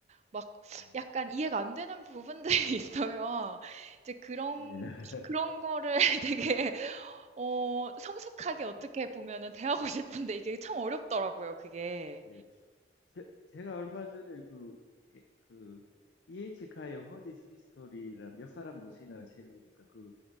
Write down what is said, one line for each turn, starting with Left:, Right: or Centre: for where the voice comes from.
Right: 막
Left: 네.
Right: 약간 이해가 안 되는 부분들이 <laughs> 있어요. 이제 그런
Left: 예. <laughs>
Right: 그런 거를 <laughs> 되게 어 성숙하게 어떻게
Left: 어,
Right: 보면은 대하고 싶은데 이게 참 어렵더라고요, 그게.
Left: 예. 제, 제가 얼마 전에 그, 예, 그, EH카의 What is History라는 역사란 무엇이냐는 책을 읽으니까 그